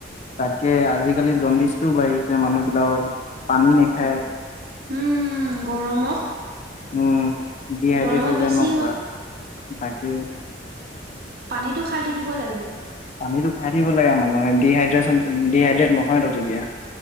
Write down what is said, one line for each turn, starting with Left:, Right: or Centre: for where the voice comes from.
Left: তাকে আজিকালি জণ্ডিচটোও বাঢ়িছে মানুহবিলাকও পানী নেখায়-
Right: তাক উম, উম গৰমত।
Left: উম, ডিহাইড্ৰেট
Right: গৰমত
Left: হৈ
Right: বেছি
Left: যায় ন পুৰা বাকী
Right: পানীতো খাই থাকিব লাগে।
Left: পানীটো খাই থাকিব লাগে মানুহে ডিহাইড্ৰেচন ডিহাইড্ৰেট নহয় ন তেতিয়া।